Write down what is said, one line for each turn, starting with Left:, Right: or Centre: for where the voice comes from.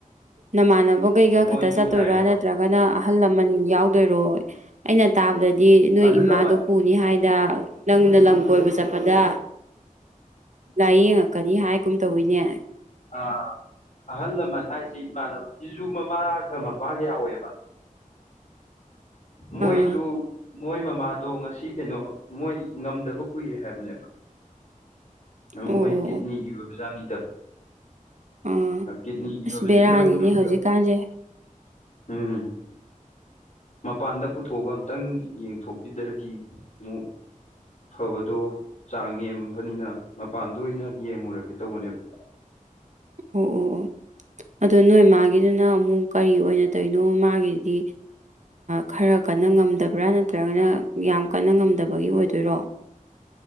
Right: ꯅꯃꯥꯟꯅꯕ ꯊꯕꯈꯩꯒ
Left: ꯑꯗ ꯃꯣꯏꯁꯨ
Right: ꯈꯛꯇ ꯆꯠꯇꯣꯏꯔꯥ
Left: ꯍꯥꯏꯌꯦꯕ
Right: ꯅꯠꯇ꯭ꯔꯒꯅ ꯑꯍꯜ ꯂꯃꯟ ꯌꯥꯎꯗꯣꯏꯔꯣ ꯑꯩꯅ ꯇꯥꯕꯗꯗꯤ ꯗꯤ ꯅꯣꯏ
Left: ꯑꯍꯜ
Right: ꯏꯃꯥꯗꯣ
Left: ꯂꯃꯟ
Right: ꯄꯨꯅꯤ ꯍꯥꯏꯗꯅ ꯅꯪꯅ ꯂꯝ ꯀꯣꯏꯕ ꯆꯠꯄꯗ ꯂꯥꯏꯌꯦꯡꯉ ꯀꯔꯤ ꯍꯥꯏꯒꯨꯝ ꯇꯧꯋꯤꯅꯦ
Left: ꯑ ꯑꯍꯜ ꯂꯃꯟ ꯍꯥꯏꯁꯦ ꯏꯃꯥꯟꯅꯕ ꯤꯖꯨ ꯃꯃꯥꯒ ꯃꯄꯥꯒ ꯌꯥꯎꯋꯦꯕ ꯃꯣꯏ
Right: ꯑꯥ
Left: ꯆꯨ ꯃꯣꯏ ꯃꯃꯥꯗꯣ ꯉꯁꯤ ꯀꯩꯅꯣ ꯃꯣꯏ ꯉꯝꯗꯕ ꯀꯨꯏꯔꯦ ꯍꯥꯏꯕꯅꯦꯕ
Right: ꯑꯣ
Left: ꯃꯣꯏ
Right: ꯑꯣ ꯑꯣ
Left: ꯀꯤꯠꯅꯤꯒꯤ ꯑꯣꯏꯕꯖꯥꯠꯅꯤ ꯗ
Right: ꯑꯥ
Left: ꯀꯤꯠꯅꯤꯒꯤ
Right: ꯑꯁ
Left: ꯑꯣꯏꯕꯁꯤꯗ
Right: ꯕꯦꯔꯥꯅꯤꯅꯦ
Left: ꯍꯟꯇꯞ
Right: ꯍꯧꯖꯤꯛꯀꯥꯟꯁꯦ
Left: ꯍꯝ ꯃꯄꯥꯟꯗ ꯄꯨꯊꯣꯛꯑꯒ ꯑꯝꯇꯪ ꯌꯦꯡꯊꯣꯛꯄꯤꯗ꯭ꯔꯗꯤ ꯑꯃꯨꯛ ꯐꯕꯗꯣ ꯆꯥꯡ ꯅꯦꯝꯕꯅꯤꯅ ꯃꯄꯥꯟꯗ ꯑꯣꯏꯅ ꯌꯦꯡꯉꯨꯔꯒꯦ ꯇꯧꯕꯅꯦꯕ
Right: ꯑꯣ ꯑꯣ ꯑꯣ ꯑꯗꯣ ꯅꯣꯏ ꯃꯥꯒꯤꯗꯨꯅ ꯑꯃꯨꯛ ꯀꯔꯤ ꯑꯣꯏꯅ ꯇꯣꯏꯅꯣ ꯃꯥꯒꯤꯗꯤ ꯈꯔ ꯀꯟꯅ ꯉꯝꯗꯕ꯭ꯔꯥ ꯅꯠꯇ꯭ꯔꯒꯅ ꯌꯥꯝ ꯀꯟꯅ ꯉꯝꯗꯕꯒꯤ ꯑꯣꯏꯗꯣꯏꯔꯣ